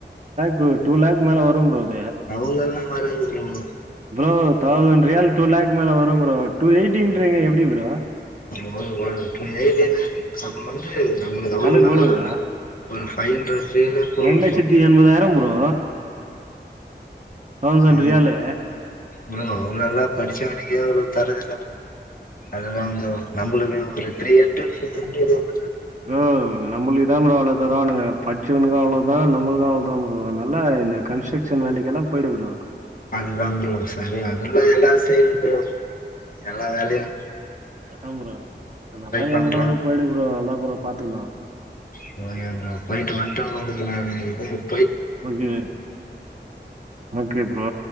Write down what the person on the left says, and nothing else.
தல்லலா வற உம்
ஒரு வ போயியாக தேன்ன சப்ப வந்து நம்மளுக்கு
கனம்லா
கூ
ஒரு பவ் ஹண்ரட் செல்லே போது
ப்ரோ
ஆமா
ப்ரோ அவ்ளவுல்லா படிச்சவன்க்கே அவ்ளோ தருது அதுதா ப்ரோ நம்ம ஒரு த்ரீர் <inaudible>
அதுதா ப்ரோ சரி அதல்லா எல்லாம் செய்யு எல்லா வேலையும்
பண்றே
போ எ போயிட்டு வண்ட்டு <unintelligible>